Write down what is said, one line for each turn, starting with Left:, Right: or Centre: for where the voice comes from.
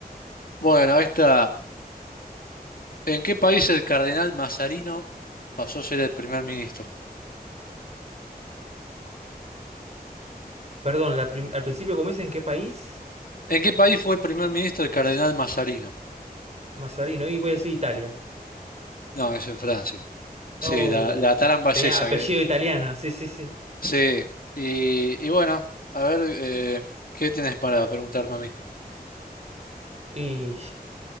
Left: Bueno, esta. ¿En qué país el cardenal Mazarino pasó a ser el primer ministro?
Right: Perdón, la prim- al principio como dicen, ¿qué país?
Left: ¿En qué país fue primer ministro el cardenal Mazarino?
Right: Mazarino, y voy a decir Italia.
Left: No, es en Francia. Sí,
Right: Oh,
Left: la, la tarampa
Right: tenía
Left: es esa.
Right: apellido
Left: Que,
Right: italiano, sí, sí, sí.
Left: sí. Y, y bueno, a ver, eh, ¿qué tenés para preguntarme a mí?
Right: Y